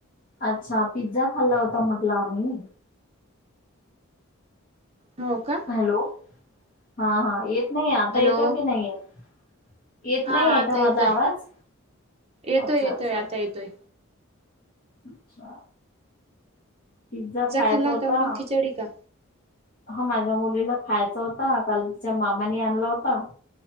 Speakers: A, on the left; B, on the right.
A: अच्छा पिझ्झा खाल्ला होता म्हटल आम्ही.
B: हो का.
A: हॅलो हा- हा येत नाही, आता
B: हॅलो
A: येते की नाही येत. येत
B: हा
A: नाही आहे
B: आता
A: का माझा
B: येतोय.
A: आवाज?
B: येतोय
A: अच्छा
B: येतोय
A: -अच्छा.
B: आता येतोय.
A: अच्छा. पिझ्झा खायाचा
B: खाल्ला
A: होता.
B: म्हणून खिचडी का?
A: हा माझ्या मुलीला खायाचा होता, काल तिच्या मामानी आणला होता,